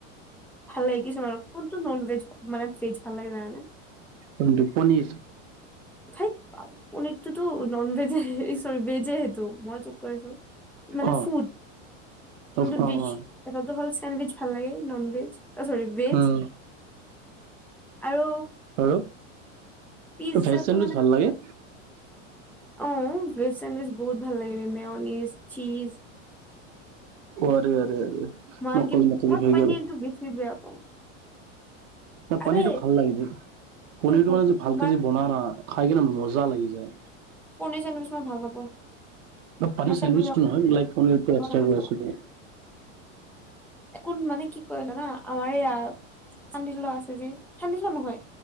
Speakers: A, in the centre; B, on the right.
A: ভাল লাগিছে ম আৰু কোনটো নন ভেজ মানে ভেজ ভাল লাগে জানানে
B: কিন্তু পনীৰ
A: ঠাইত পাম অটোতো নন ভেজ <unintelligible> ভেজে সেইটো মই তোক কৈ আছো মানে
B: অ
A: ফুড কোনটো
B: অ অ
A: ডিছ
B: অ
A: এটাটো হল চেণ্ডউইচ ভাল লাগে ননভেজ চৰি ভেজ
B: উম
A: আৰু
B: আৰু
A: পিজ্জাটো
B: ভেজ চেণ্ডউইচ ভাল লাগে
A: অঁ ভেজ চেণ্ডউইজ বহুত ভাল লাগিব মেয়নিজ চীজ
B: অঁ অঁৰে
A: মই
B: নক
A: আনকি
B: নক
A: মই
B: হৈ
A: পনীৰটো
B: গল
A: বেছি বেয়া পাওঁ।
B: ন
A: আবে
B: পানীৰটো ভাল লাগিল পনীৰটো
A: শুন শুন
B: মানে
A: শুন
B: যে ভালকে
A: আমাৰ
B: বন না খাই কিনে মজা লাগি যায়
A: পনীৰ চেণ্ডউইচ মই ভাল নাপাওঁ
B: পানীৰ
A: মই চেণ্ডউইচৰ
B: চেণ্ডউইচটো নহয় লাইক প পচ
A: কথা কৈছোঁ।
B: গৈ আছিল
A: কোন মানে কি কৰিলা না আমাৰ ইয়া চান্দিল্য আছে যি চান্দিল্য নহয়